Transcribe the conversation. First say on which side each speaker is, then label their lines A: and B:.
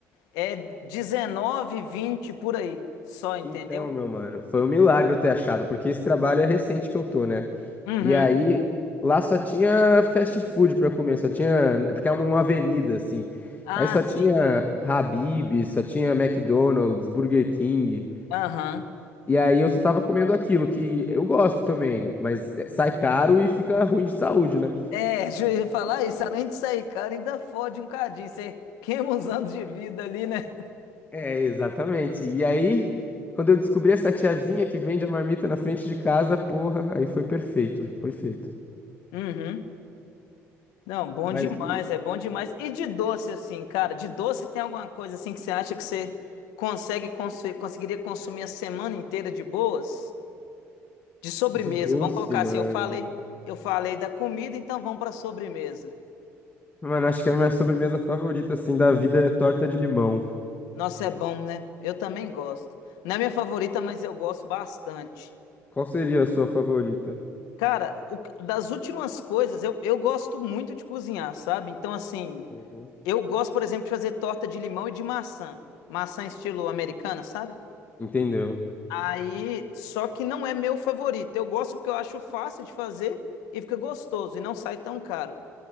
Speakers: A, on the left; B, on the left.
A: É 19 20 por aí, só, entendeu?
B: então, meu mano, foi um milagre eu ter achado, porque esse trabalho é recente que eu tô, né?
A: Uhum.
B: E aí, lá só tinha fast food pra comer, só tinha. Porque é uma uma avenida, assim.
A: Ah,
B: Aí só
A: sim.
B: tinha Habib, só tinha McDonald's, Burger King.
A: Aham.
B: E aí eu só tava comendo aquilo que eu gosto também, mas sai caro e fica ruim de saúde, né?
A: É, <laughs> deixa eu falar isso. Além de sair, cara, ainda fode um cadinho. Você queima uns anos de vida ali, né?
B: É, exatamente. E aí, quando eu descobri essa tiazinha que vende a marmita na frente de casa, porra, aí foi perfeito, perfeito.
A: Uhum. Não, bom
B: Mas
A: demais,
B: do,
A: é bom demais. E de doce, assim, cara, de doce tem alguma coisa assim que você acha que você consegue consu- conseguiria consumir a semana inteira de boas? De sobremesa,
B: de doce,
A: vamos colocar
B: mano.
A: assim, eu falei, eu falei da comida, então vamos para sobremesa.
B: Mano, acho que é a minha sobremesa favorita, assim, da vida é torta de limão.
A: Nossa, é bom, né? Eu também gosto. Não é minha favorita, mas eu gosto bastante.
B: Qual seria a sua favorita?
A: Cara, o- das últimas coisas, eu, eu gosto muito de cozinhar, sabe? Então, assim,
B: Uhum.
A: eu gosto, por exemplo, de fazer torta de limão e de maçã. Maçã estilo americana, sabe?
B: Entendeu?
A: Aí, só que não é meu favorito. Eu gosto porque eu acho fácil de fazer e fica gostoso e não sai tão caro.